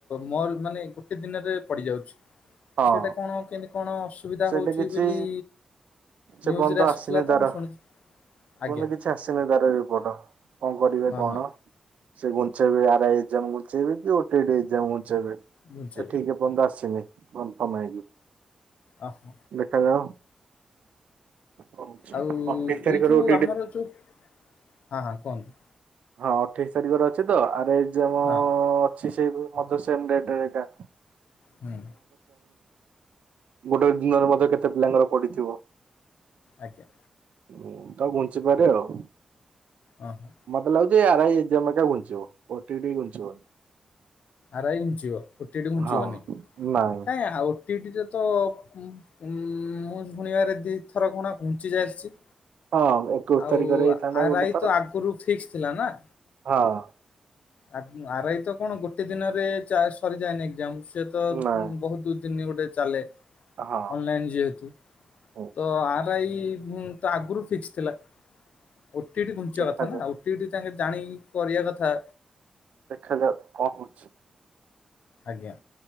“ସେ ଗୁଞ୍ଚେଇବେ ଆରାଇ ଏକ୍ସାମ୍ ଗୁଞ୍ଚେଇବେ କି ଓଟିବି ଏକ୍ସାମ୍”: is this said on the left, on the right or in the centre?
Right